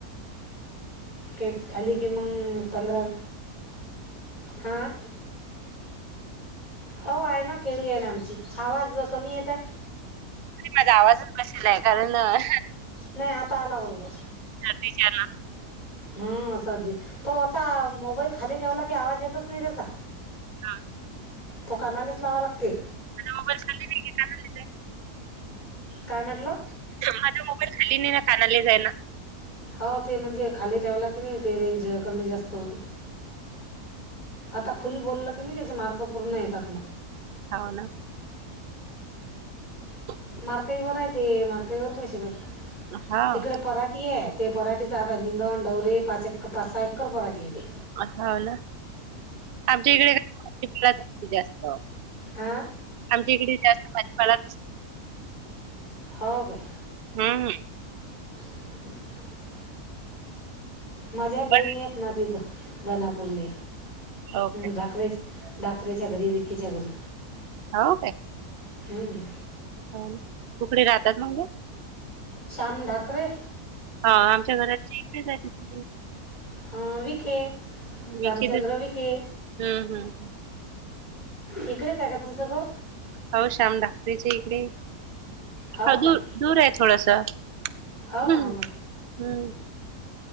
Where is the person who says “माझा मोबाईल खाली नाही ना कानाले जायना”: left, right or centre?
Right